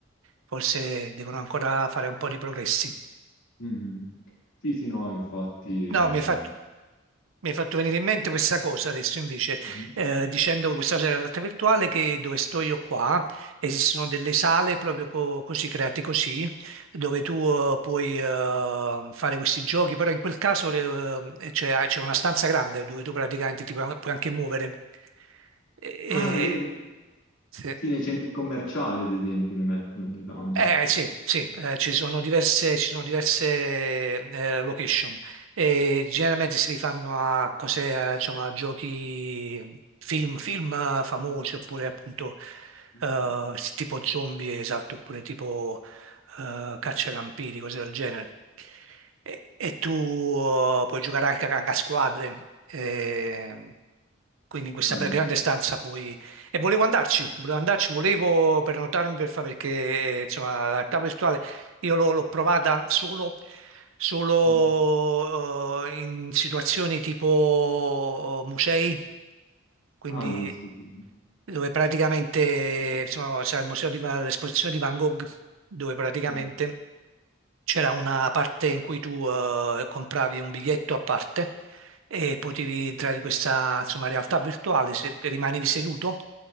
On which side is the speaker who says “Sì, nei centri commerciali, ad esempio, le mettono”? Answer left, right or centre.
Left